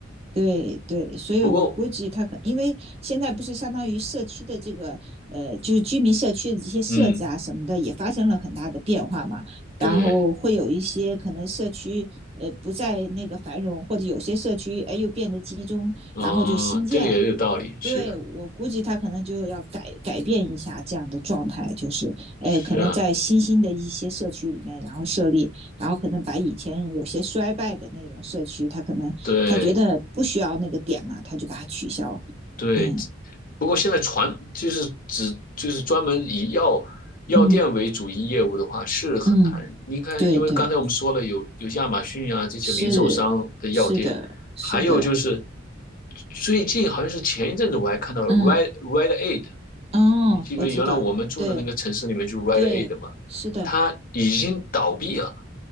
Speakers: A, on the right; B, on the left.
A: 对对，所以我估计他可，
B: 不过，
A: 因为现在不是相当于社区的这个呃，就是居民社区的这些设置啊什么的也发生了很大的变化嘛，
B: 嗯，对，
A: 然后会有一些可能社区呃不再那个繁荣，或者有些社区哎又变得集中，
B: 哦，
A: 然后就新建，
B: 这个也有道理，是的，
A: 对我估计他可能就要改改变一下这样的状态，就是哎，
B: 是啊，
A: 可能在新兴的一些社区里面，然后设立，然后可能把以前有些衰败的那种社区，他可能他觉得不需要那个点嘛，
B: 对
A: 他就把它取消。
B: 对。
A: 嗯
B: 不过现在传就是只就是专门以药药店为主营业务的话是很难。
A: 嗯嗯，
B: 你看，
A: 对对，
B: 因为刚才我们说了有有亚马逊啊这些零售商的药店，
A: 是是的，是的，
B: 还有就是最近好像是前一阵子我还看到了
A: 嗯
B: r e d r e d Aid，
A: 哦，
B: 你记不记得原来我们住的那个城市里面就是
A: 我知道，对
B: r
A: 对，
B: e d Aid 嘛，
A: 是的，
B: 它已经倒闭了。